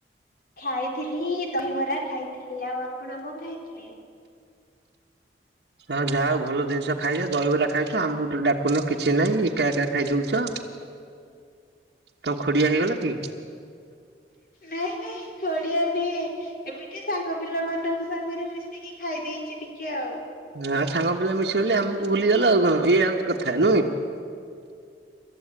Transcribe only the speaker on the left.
ଖାଇଥିଲି ଦହିବରା ଖାଇଥିଲି ଆଉ ଆପଣ କଣ ଖାଇଥିଲେ?
ନାଇଁ ନାଇଁ ଖୋଡିଆ ନୁହେଁ ଏମିତି ସାଙ୍ଗ ପିଲା ମାନଙ୍କୁ ସାଙ୍ଗେରେ ମିଶିକି ଖାଇ ଦେଇଚି ଟିକେ ଆଉ।